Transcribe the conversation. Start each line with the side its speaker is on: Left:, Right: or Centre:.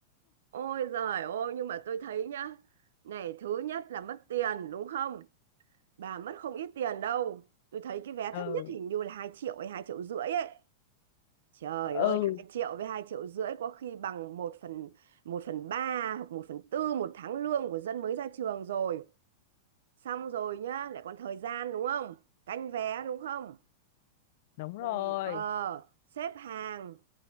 Right: ôi giời ôi nhưng mà tôi thấy nhá này thứ nhất là mất tiền đúng không bà mất không ít tiền đâu tôi thấy cái vé
Left: ừ
Right: thấp nhất hình như là hai triệu hay hai triệu rưỡi ấy Trời
Left: ừ
Right: ơi, 2 triệu với 2 triệu rưỡi có khi bằng một phần một phần 3 hoặc một phần tư một tháng lương của dân mới ra trường rồi. Xong rồi nhá, lại còn thời gian đúng không? Canh vé đúng không?
Left: đúng rồi
Right: Rồi ờ, xếp hàng